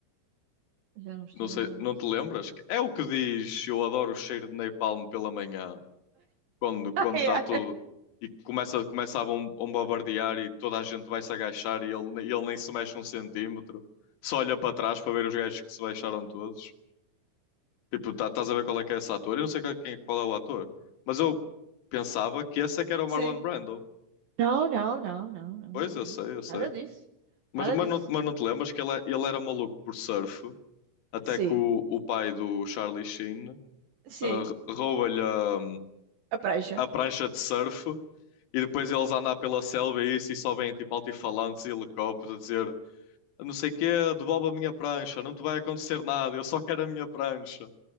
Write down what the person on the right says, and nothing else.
já não estou
a lembrar
disso.
<laughs>
Ah, yeah.
Sim.
Não, não, não, não, não.
não.
Nada disso.
Nada
disso.
Sim,
sim.
A prancha.